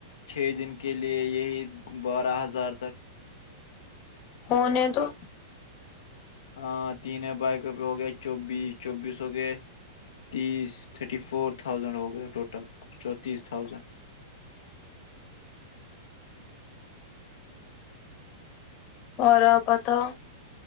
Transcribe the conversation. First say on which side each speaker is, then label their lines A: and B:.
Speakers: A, on the left (about 75°); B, on the left (about 40°).
A: چھ دن کے لیئے یہی بارہ ہزار تک
B: ہونے تو
A: ہاں تین بائیک پ ہو گیا چوبیس چوبیس ہو گئے تیس تھرٹی فور تھاؤزینڈ ہو گیا ٹوٹل چونتیس تھاؤزینڈ
B: اور آپ بتاؤ